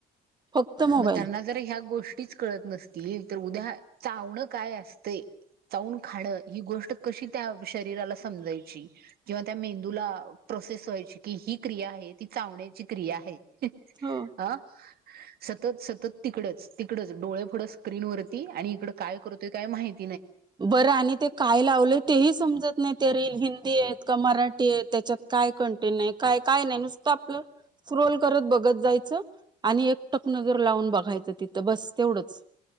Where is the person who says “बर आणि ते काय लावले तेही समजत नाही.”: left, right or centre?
Right